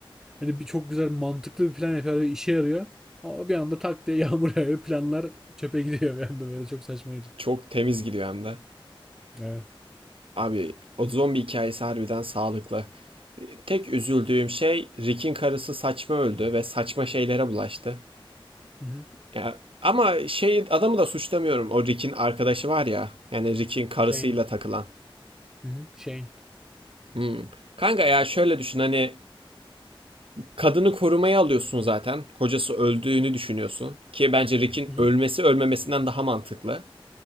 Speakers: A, in the centre; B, on the right (about 75°).
A: hani bir çok güzel mantıklı bir plan yapıyor ve işe yarıyor. Ama bir anda tak diye yağmur yağıyor. Planlar çöpe gidiyor bir anda böyle çok saçmaydı.
B: Çok temiz gidiyor hem de.
A: Evet.
B: Abi o zombi hikayesi harbiden sağlıklı. Tek üzüldüğüm şey Rick'in karısı saçma öldü ve saçma şeylere bulaştı.
A: Hı hı.
B: Ya ama şey adamı da suçlamıyorum. O Rick'in arkadaşı var ya. Yani Rick'in karısıyla
A: Shane.
B: takılan.
A: Hı hı. Shane.
B: Hmm. Kanka ya şöyle düşün hani kadını korumaya alıyorsun zaten. Kocası öldüğünü düşünüyorsun. Ki bence Rick'in
A: Hı hı.
B: ölmesi ölmemesinden daha mantıklı.